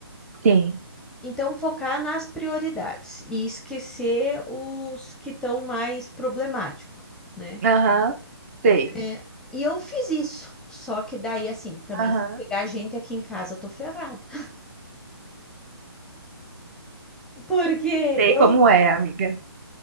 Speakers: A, on the right; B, in the centre.
A: sim,
B: Então, focar nas prioridades e esquecer os que estão mais problemáticos, né?
A: aham, sei.
B: É, e eu fiz isso. Só que daí, assim, também
A: Aham.
B: se chegar gente aqui em casa, eu tô ferrada. <laughs> Porque
A: Sei
B: eu,
A: como é, amiga.